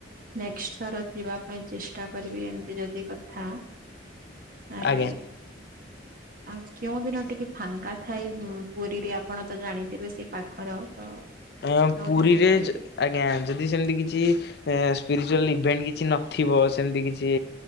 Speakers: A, on the right; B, on the left.
A: ନେକ୍ସଟ ଥର ଯିବା ପାଇଁ ଚେଷ୍ଟା କରିବି ଏମତି ଯଦି କଥା। ତାହେଲେ
B: ଆଜ୍ଞା
A: ଆଉ କେଉଁ ଦିନ ଟିକେ ଫାଙ୍କା ଥାଏ ଉଁ ପୁରୀରେ? ଆପଣ ତ ଜାଣିଥିବେ ସେ ପାଖର ତ
B: ଆଁ
A: କେଉଁ
B: ପୁରୀରେ
A: ଦିନ ଗଲେ ଟିକେ
B: ଆଜ୍ଞା ଯଦି ସେମିତି କିଛି ଏ ସ୍ପିରିଚୁଆଲ୍ ଇଭେଣ୍ଟ କିଛି ନଥିବ ସେମିତି କିଛି